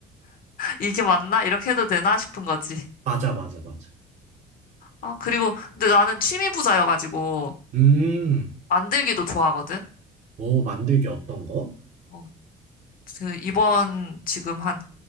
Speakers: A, on the left; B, on the right.
A: 이게 맞나? 이렇게 해도 되나 싶은 거지.
B: 맞아, 맞아, 맞아.
A: 아, 그리고, 근데 나는 취미 부자여가지고,
B: 음,
A: 만들기도 좋아하거든?
B: 오, 만들기 어떤 거?
A: 어, 그 이번 지금 한